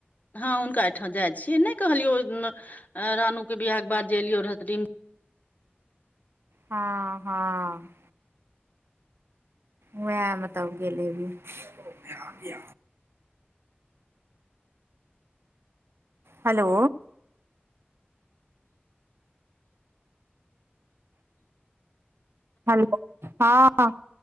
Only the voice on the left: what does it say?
हँ हुनका ठाॅं जाइ छियै, नै कहलियौ रानु के बियाह के बाद जे एलियो रिम